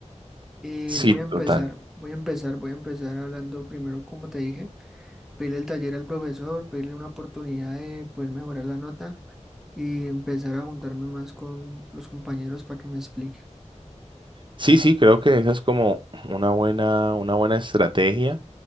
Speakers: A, in the centre; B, on the right.
A: Eh,
B: Sí,
A: voy
B: Sí,
A: a empezar,
B: total.
A: voy a empezar, voy a empezar hablando primero, como te dije, pedirle el taller al profesor, pedirle una oportunidad de poder mejorar la nota y empezar a juntarme más con los compañeros para que me explique.
B: Sí, sí, creo que esa es como una buena, una buena estrategia.